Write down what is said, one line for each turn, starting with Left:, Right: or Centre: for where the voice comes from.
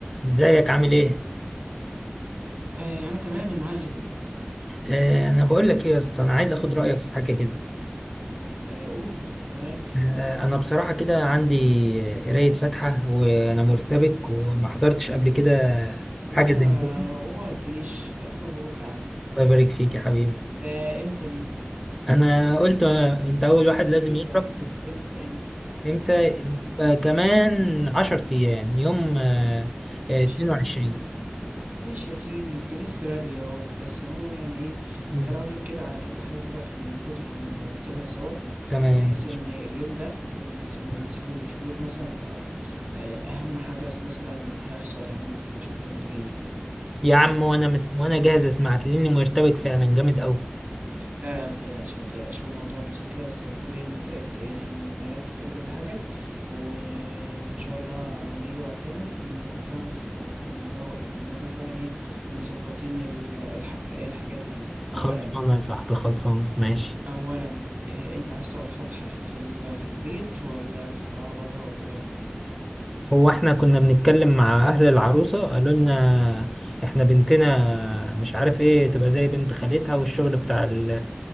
Centre: ازيك عامل ايه؟
Right: آه، انا تمام يا معلم
Centre: آه انا بقول لك ايه يا اسطى انا عايز اخد رايك في حاجه كده
Right: آه، قول انا معاك
Centre: آه انا بصراحه كده عندي قرايه فاتحه وانا مرتبك وما حضرتش قبل كده
Right: وما
Centre: حاجه زي كده
Right: وما قلتليش الف مبروك يا عم
Centre: الله يبارك فيك يا حبيبي
Right: ده امتى دي
Centre: انا قلت آه، انت اول واحد لازم
Right: امتى
Centre: يعرف
Right: امتى امتى امتى
Centre: وامتى يبقى كمان 10 ايام يوم آه
Right: ماشي
Centre: آه، 22
Right: يا عم ماشي يا سيدي ده لسه بدري اهوت بس عموما يعني ايه
Centre: مم.
Right: تعالى اقول لك كده على كذا حاجه كده احنا المفروض هنرتبها سوا
Centre: تمام
Right: بحيث ان اليوم ده ما ما
Centre: مم.
Right: تنساهوش ويبقى مثلا آه، آه، اهم حدث مثلا هيحصل يا عم في العشرة ايام اللي جايين
Centre: يا عم وانا مس... وانا جاهز اسمعك لاني مرتبك فعلا جامد قوي
Right: لا لا ما تقلقش ما تقلقش هو الموضوع بسيط كده بس المفروض ايه ان انت بس ايه هنرتب كده كذا حاجة وان شاء الله على ما يجي وقتها نكون فعلا ز- ن- نكون فعلا ايه مظبطين ال- الح... الحاجات دي اولا
Centre: خلصانه يا صاحبي خلصانه ماشي
Right: اولا إيه انت عايز تعمل فتحة في ال... في البيت ولا في قاعة بره وكده
Centre: هو احنا كنا بنتكلم مع اهل العروسة قالوا لنا احنا بنتنا مش عارف ايه تبقى زي بنت خالتها والشغل بتاع ال